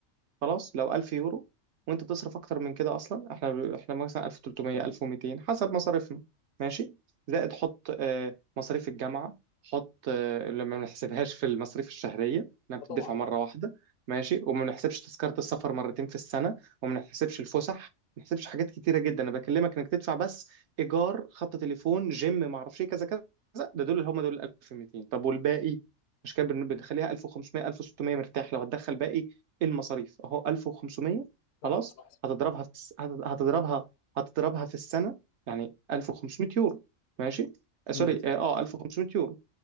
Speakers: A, on the right (about 65°); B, on the left (about 80°).
A: خلاص لو 1000 يورو وانت تصرف اكتر من كده اصلا احنا احنا مثلا 1300 1200 حسب مصاريفنا ماشي زائد حط آه، مصاريف الجامعه حط آه، اللي ما بنحسبهاش في المصاريف الشهريه انها
B: اه
A: بتدفع
B: طبعا
A: مره واحده ماشي وما بنحسبش تذكره السفر مرتين في السنه وما بنحسبش الفسح ما بنحسبش حاجات كتيره جدا انا بكلمك انك تدفع بس ايجار خط تليفون جيم ما اعرفش ايه كذا كذا ده دول اللي هم دول 1200 طب والباقي مش كده بن- بنخليها 1500 1600 مرتاح لو هتدخل باقي المصاريف اهو 1500
B: صح
A: خلاص
B: صح
A: هتضربها في الس... هت- هتضربها هتضربها في السنه يعني 1500 يورو ماشي آه، سوري
B: امم
A: اه آه، 1500 يورو